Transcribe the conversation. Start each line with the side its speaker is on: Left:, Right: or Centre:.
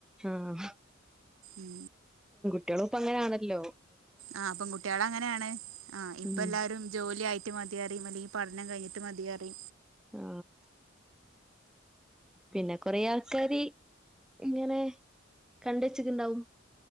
Centre: ആഹ്
Right: ഉ
Centre: കുട്ടികളിപ്പ അങ്ങനൊണല്ലോ
Right: ആഹ അപ്പം കുട്ടികള അങ്ങനെയാണ് ആ ഇപ്പ
Centre: ഉം
Right: എല്ലാരും ജോലിയ ആയിട്ട് മതിയ അതല്ല ഈ പഠനം കഴിട്ട് മതിയറി
Centre: ആ പിന്നെ കൊറേ ആൾക്കാാര് ഇങ്ങനെ കണ്ട വെച്ചിട്ടുണ്ടാവും